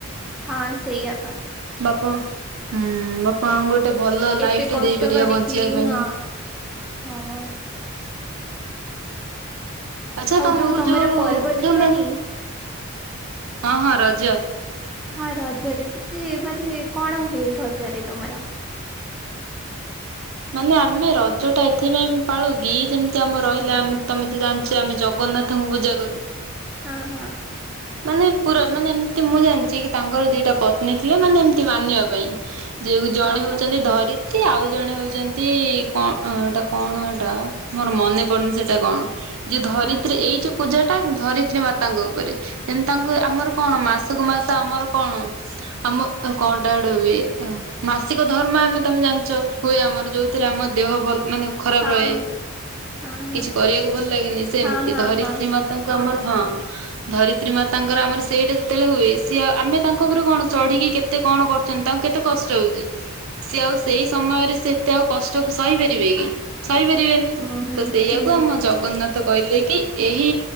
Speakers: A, in the centre; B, on the right (about 70°).
A: ହଁ ସେଇଆ। ପା
B: ବାପା ହୁଁ ବାପାଙ୍କୁ ଗୋଟେ ଭଲ ଲାଇଫ
A: ଏତେ
B: ଟେ
A: କଷ୍ଟ
B: ଦେଇପାରିବା
A: କରିକି
B: ବଞ୍ଚିବା ପାଇଁ
A: ହଁ ହଁ।
B: ଆଚ୍ଛା
A: ଆଉ
B: ତମକୁ
A: ଯୋଉ ତମର ପର୍ବ
B: ଯୋଉ
A: ଥିଲାନି।
B: ମା ହଁ ହଁ ରଜ।
A: ହଁ ରଜରେ ସେଠି ମାନେ କଣ ହୁଏ ରଜରେ ତମର?
B: ମାନେ ଆମେ ରଜ ଟା ଏଥିପାଇଁ ପାଳୁ କିି ଯେମତି ଆମ ରହିଲା ଆମେ ତମେ ତ ଜାଣି ଯେ ଆମେ ଜଗନ୍ନାଥଙ୍କୁ ପୂଜା କରୁ।
A: ହଁ ହଁ।
B: ମାନେ ପୁରା ମାନେ ଏମତି ମୁଁ ଜାଣିଛି କି ତାଙ୍କର ଦିଟା ପତ୍ନୀ ଥିଲେ ମାନେ ଏମତି ମାନିବା ପାଇଁ। ଯଉ ଜଣେ
A: ହଁ
B: ହଉଛନ୍ତି
A: ହଁ
B: ଧରିତ୍ରୀ ଆଉ ଜଣେ ହଉ ଚନ୍ତି ଯେମତି କଣ ଏଇଟା କଣ ଏଇଟା ମୋର ମନେ ପଡୁନି ସେଟା କଣ ଯଉ ଧରିତ୍ରୀ
A: ହୁଁ ହୁଁ
B: ଏଇ ଯୋଉ ପୂଜା ତା ଧରିତ୍ରୀ ମାତାଙ୍କ ଉପରେ ସେମ ତାଙ୍କୁ
A: ଆଚ୍ଛା
B: ଆମର କଣ ମାସକୁ ମାସ ତ ଆମର କଣ ଆମ କଣଟା ଗୋଟେ ହୁଏ ମାସିକ ଧର୍ମ ଆମେ ତମେ ଜାଣିଛ ହୁଏ ଆମର ଯୋଉ ଥିରେ ଆମ ଦେହ ଭଲ ମାନେ ଖରାପ
A: ହଁ
B: ରହେ
A: ହଁ ହଁ।
B: କିଛି କରିବାକୁ ଭଲ ଲାଗେନି ସେମିତି
A: ହଁ ହଁ
B: ଧରିତ୍ରୀ
A: ହଁ
B: ମାତାଙ୍କୁ ଆମର ହାଁ ଧରିତ୍ରୀ ମାତାଙ୍କର ଆମର ସେଇଟା ଯେତେବେଳେ ହୁଏ ସିଏ ଆଉ ଆମେ ତାଙ୍କ ଉପରୁ କଣ ଚଢ଼ିକି କେତେ କଣ କରୁଛନ୍ତି ତାଙ୍କୁ କେତେ କଷ୍ଟ ହଉଛି ସିଏ ଆଉ ସେଇ ସମୟରେ ସେ ତେ ଆଉ କଷ୍ଟ ସହି ପାରିବେ କି? ସହି ପାରିବେନି
A: ହୁଁ ହୁଁ
B: ତ ସେଇଆ
A: ହୁଁ
B: କୁ ଆମ ଜଗନ୍ନାଥ କହିଲେ କି ଏଇ